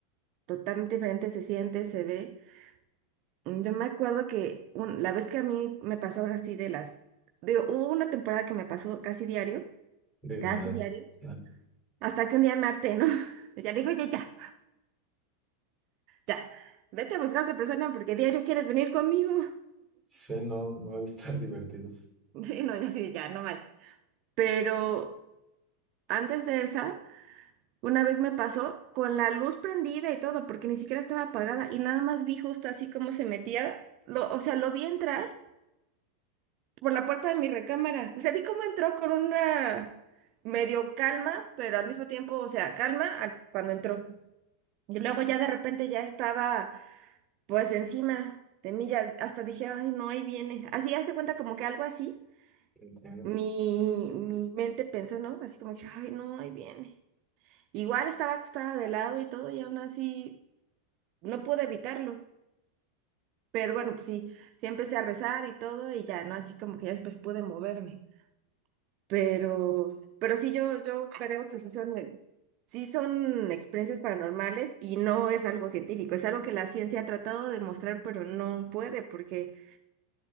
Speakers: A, on the right (about 45°); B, in the centre.
A: totalmente diferente, se siente, se ve. Yo me acuerdo que un- la vez que a mí me pasó ahora sí de las, digo, hubo una temporada que me pasó casi diario,
B: De
A: casi
B: verdad,
A: diario,
B: ya
A: hasta que un día me harté, ¿no? <laughs> Ya le dije, oye, ya, ya, vete a buscar otra persona porque diario quieres venir conmigo.
B: sé, no, no ha de estar <laughs> divertido.
A: <laughs> Y no, ya sí, ya, no manches. Pero antes de esa... Una vez me pasó con la luz prendida y todo, porque ni siquiera estaba apagada y nada más vi justo así como se metía, lo, o sea, lo vi entrar por la puerta de mi recámara. O sea, vi cómo entró con una medio calma, pero al mismo tiempo, o sea, calma a- cuando entró. Y luego ya de repente ya estaba pues encima de mí, ya hasta dije, ay, no, ahí viene. Así hace cuenta como que algo así.
B: Entiendo.
A: Mi, mi mente pensó, ¿no? Así como que, ay, no, ahí viene. Igual estaba acostada de lado y todo, y aún así no pude evitarlo, pero bueno, pues sí, sí empecé a rezar y todo y ya, ¿no? Así como que ya después pude moverme. Pero, pero sí, yo, yo creo que sí son, eh, sí son experiencias paranormales y no es algo científico, es algo que la ciencia ha tratado de demostrar, pero no puede, porque